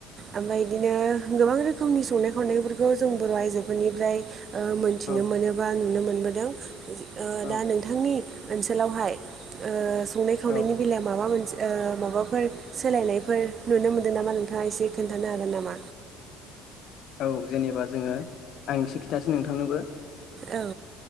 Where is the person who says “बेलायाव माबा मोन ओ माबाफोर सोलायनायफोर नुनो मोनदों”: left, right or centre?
Right